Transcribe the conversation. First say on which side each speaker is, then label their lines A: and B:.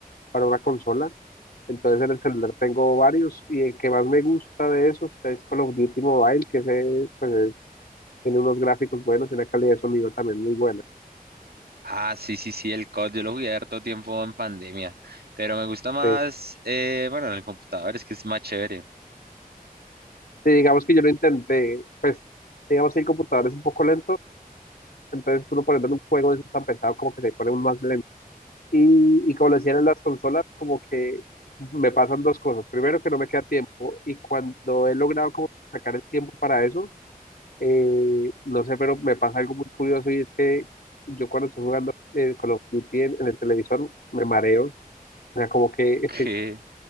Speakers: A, on the left (about 75°); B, on the right (about 85°).
A: para una consola. Entonces en el celular tengo varios y el que más me gusta de esos es Call of Duty Mobile, que ese, pues, es- tiene unos gráficos buenos y una calidad de sonido también muy buena.
B: Ah, sí, sí, sí, el COD, yo lo jugué harto tiempo en pandemia, pero me gusta más,
A: Sí.
B: eh, bueno, en el computador, es que es más chévere. <laughs>
A: Sí, digamos que yo lo intenté, pues digamos que el computador es un poco lento, entonces tú lo pones en un juego de esos tan pesado como que se pone un más lento. Y, y como lo decían en las consolas, como que me pasan dos cosas. Primero, que no me queda tiempo. Y cuando he logrado como sacar el tiempo para eso, eh, no sé, pero me pasa algo muy curioso y es que yo cuando estoy jugando eh, Call of Duty en, en el televisor me mareo. O sea, como que <laughs>
B: Qué,